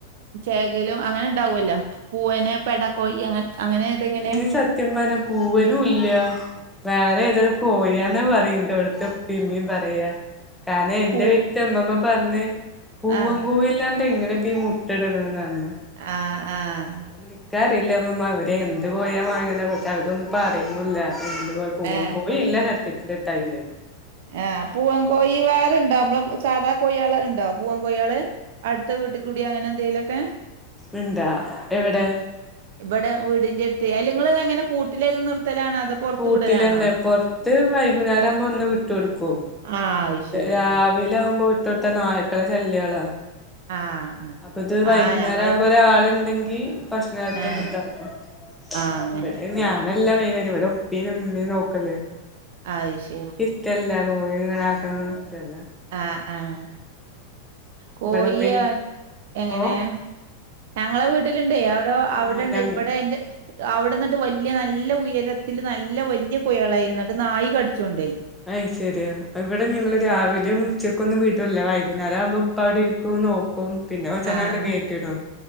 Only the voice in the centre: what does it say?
ഇതീ സത്യം പറഞ്ഞാ പൂവനുല്ല വേറെഏതരു കോഴിന്നാ പറയ്ണ്ട് ഇവിട്ത്തെ പ്പി ഇമ്മീ പറയാ കാരണ എന്റെവീട്ടിത്തെ
ഇമ്മമ്മ പർഞ്ഞ് പൂവം
കോയില്ലാണ്ട് എങ്ങനെപ്പഈ മുട്ടട്ണന്നാന്ന്
അപ്പൊപിന്നെ ഇക്കറില്ല ഇമമ്മ അവര് എന്ത് കോഴിവാങ്ങണത് പക്ഷെ അവരൊന്നു പറിണുല്ല എന്ത് പൂവാൻ
കോഴില്ല സത്യത്തില് ഇട്ടഅതില്
ഇണ്ടോ എവിടെ
കൂട്ടിലന്നെ
പൊർത്ത് വൈകുന്നേരാകുമ്പോ ഒന്ന് വിട്ടൊട്ക്കും
രാവിലാവുമ്പോ വിട്ടൊട്ത്താ നായ്ക്കളെ ശല്യങ്ങളാ
അപ്പൊത് വൈകുന്നേരാവുമ്പൊ
ഒരാളുണ്ടെങ്കി ഭക്ഷണതൻ
താക്കും
ഇവിടെ ഞാ നല്ല വെയിന്നേര ഇവിടെ ഉപ്പിനുഉമ്മീ നോക്കല്
ഇൻക്കി ഷ്ടല്ല കോഴീങ്ങനക്കണതൊന്നും ഇഷ്ടല്ല
ഇവിടെ ഉമ്മേം
ഓ
ആഹ് ഞങ്ങ
അയ് ശരി ഇവിടെ ഞങ്ങള് രാവിലെ ഉച്ചയ്ക്കൊന്നും വിടുല്ല വൈകുന്നേരാവുമ്പോ ഇപ്പ അവിടെ ഇരിക്കും നോ കും പിന്നെ കൊച്ചന്നാണ്ട്
കേറ്റിടും